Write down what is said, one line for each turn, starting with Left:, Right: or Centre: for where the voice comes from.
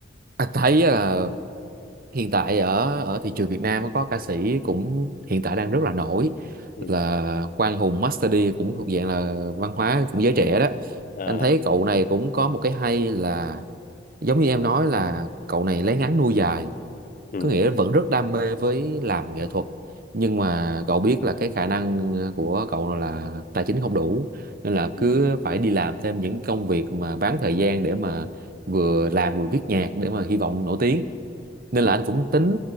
Right: anh thấy là hiện tại ở ở thị trường Việt Nam có ca sĩ cũng hiện tại đang rất là nổi
Left: ừ.
Right: là Quang Hùng Master D cũng thuộc dạng là văn hóa cũng giới trẻ đó
Left: à
Right: anh thấy cậu này cũng có một cái hay là giống như em nói là cậu này lấy ngắn nuôi dài
Left: ừ
Right: có nghĩa vẫn rất đam mê với làm nghệ thuật nhưng mà cậu biết là cái khả năng của cậu là tài chính không đủ nên là cứ
Left: ừ
Right: phải đi làm thêm những công việc mà bán thời gian để mà vừa làm vừa viết nhạc để mà hy vọng nổi tiếng nên
Left: ừ
Right: là anh cũng tính